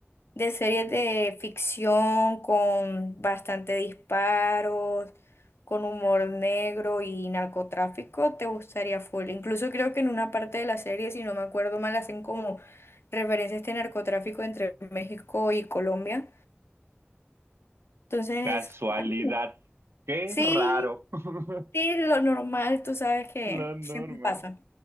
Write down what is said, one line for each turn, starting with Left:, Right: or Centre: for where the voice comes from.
Left: de series de ficción con bastante disparos, con humor negro y narcotráfico, te gustaría full. Incluso creo que en una parte de la serie, si no me acuerdo mal, hacen como referencia a este narcotráfico entre México y Colombia. Entonces,
Right: Casualidad.
Left: ay,
Right: Qué
Left: sí,
Right: raro. <laughs>
Left: sí, lo normal, tú sabes que
Right: La norma.
Left: siempre pasa,